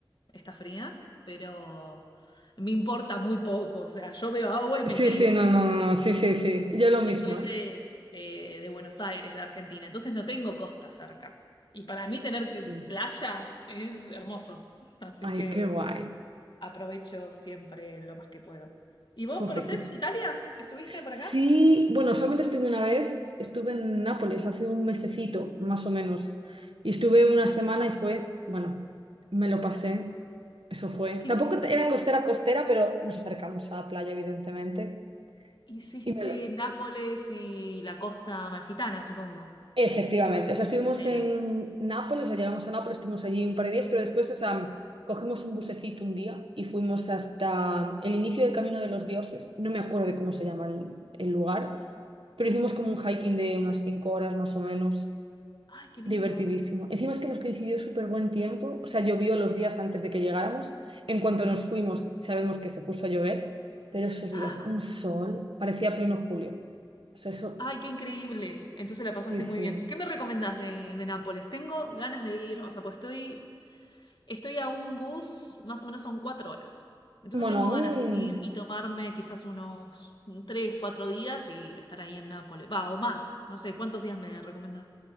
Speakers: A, on the left; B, on the right.
A: está fría, pero me importa muy poco, o sea, yo veo agua y me
B: Sí,
A: tiro.
B: sí, no, no, no, no, sí, sí, sí. Yo lo mismo,
A: Yo soy de,
B: ¿eh?
A: eh, de Buenos Aires, de Argentina, entonces no tengo costa cerca. Y para mí tener
B: Sí.
A: playa es hermoso. Así
B: Ay,
A: que...
B: qué guay.
A: Aprovecho siempre lo más que puedo. ¿Y vos
B: Jope,
A: conocés
B: qué chulo.
A: Italia? ¿Estuviste por
B: Sí,
A: acá?
B: bueno, solamente estuve una vez, estuve en Nápoles hace un mesecito, más o menos, y estuve una semana y fue, bueno, me lo pasé, eso fue.
A: ¿Qué
B: Tampoco
A: hiciste?
B: era costera costera, pero nos acercamos a la playa, evidentemente,
A: Hiciste
B: y me lo
A: Nápoles y la costa amalfitana, supongo.
B: Efectivamente, o sea, estuvimos
A: El-
B: en Nápoles, o sea, llegamos a Nápoles, estuvimos allí un par de días, pero después, o sea, cogimos un busecito un día y fuimos hasta el inicio del Camino de los Dioses, no me acuerdo de cómo se llama el, el lugar, pero hicimos como un hiking de unas cinco horas más o menos,
A: Ay, qué lindo.
B: divertidísimo. Encima es que nos coincidió súper buen tiempo, o sea, llovió los días antes de que llegáramos, en cuanto nos fuimos sabemos que se puso a llover, pero esos días,
A: Ah,
B: un sol, parecía pleno julio. O sea, eso,
A: ay, qué increíble. Entonces la pasaste
B: sí, sí.
A: muy bien. ¿Qué me recomendás de, de Nápoles? Tengo ganas de ir, o sea, pues estoy, estoy a un bus, más o menos son cuatro horas. Entonces
B: Bueno,
A: tengo
B: un...
A: ganas de ir y tomarme quizás unos tres, cuatro días y estar ahí en Nápoles. Va, o más. No sé, ¿cuántos días me recomendás?